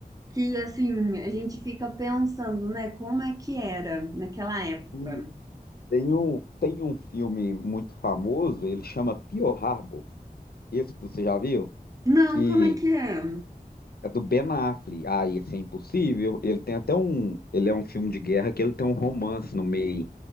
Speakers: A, on the right; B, on the left.
A: que, assim, a gente fica pensando, né, como é que era naquela época.
B: hum, tem um, tem um filme muito famoso, ele chama Pearl Harbor. Esse você já viu?
A: Não,
B: que
A: como é que é?
B: é do Ben Affleck. Ah, esse é impossível. Ele tem até um. Ele é um filme de guerra que ele tem um romance no meio.